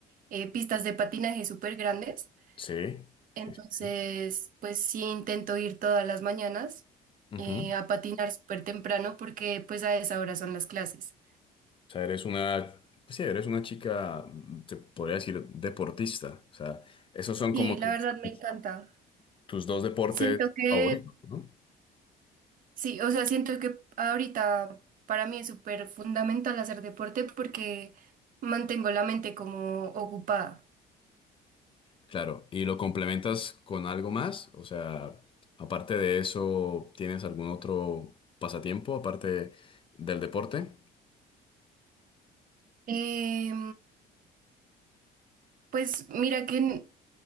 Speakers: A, on the right; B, on the left.
A: eh, pistas de patinaje súper grandes.
B: Sí, sí,
A: Entonces,
B: sí.
A: pues sí, intento ir todas las mañanas
B: Ujú.
A: eh, a patinar súper temprano porque pues a esa hora son las clases.
B: O sea, eres una, pues sí, eres una chica, mm, te podría decir, deportista. O sea, esos son
A: Sí,
B: como tus,
A: la verdad
B: tus-
A: me encanta.
B: tus dos deportes
A: Siento que,
B: favoritos, ¿no?
A: sí, o sea, siento que ahorita para mí es súper fundamental hacer deporte porque mantengo la mente como ocupada.
B: Claro, y lo complementas con algo más. O sea, aparte de eso, ¿tienes algún otro pasatiempo aparte del deporte?
A: Em, pues mira que n-